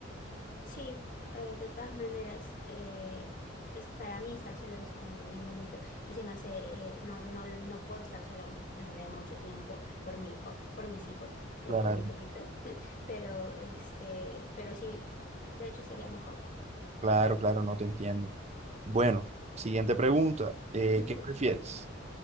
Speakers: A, on the left; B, on the right.
A: Sí, eh, de todas maneras, eh, es, para mí estar solo es como que bien bonito y se me hace, eh, no, no, no puedo estar sola m- en realidad mucho tiempo por mi hijo, por mis hijos, eh,
B: Claro,
A: por mi perrito, pero este, pero sí, de hecho estaría mejor.
B: claro, claro, no te entiendo. Bueno, siguiente pregunta, eh,
A: Ujú.
B: ¿qué prefieres?